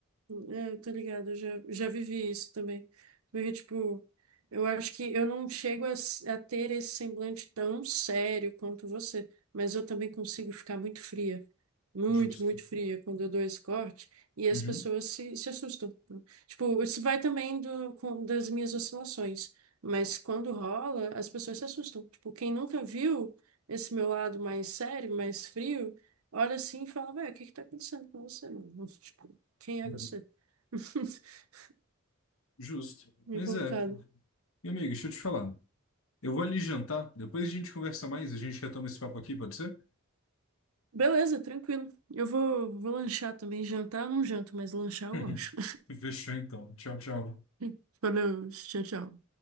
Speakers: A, on the right; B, on the left.
A: É, tô ligado eu já, já vivi isso também. Porque, tipo, eu acho que eu não chego a, s- a ter esse semblante tão sério quanto você, mas eu também consigo ficar muito fria, muito,
B: Justo.
A: muito fria quando eu dou esse corte, e as
B: uhum,
A: pessoas se, se assustam. né? Tipo, isso vai também do, com, das minhas oscilações, mas quando rola, as pessoas se assustam. Tipo, quem nunca viu esse meu lado mais sério, mais frio, olha assim e fala, velho, o que que tá acontecendo com você, mano? <laughs> Quem é
B: uhum.
A: você? <laughs>
B: Justo.
A: Meio
B: Mas
A: complicado.
B: é. Meu amigo, deixa eu te falar. Eu vou ali jantar, depois a gente conversa mais, a gente retoma esse papo aqui, pode ser?
A: Beleza, tranquilo. Eu vou, vou lanchar também. Jantar eu não janto, mas lanchar eu
B: <laughs>
A: lancho.
B: Fechou então. Tchau, tchau.
A: <laughs> Valeu, tchau, tchau.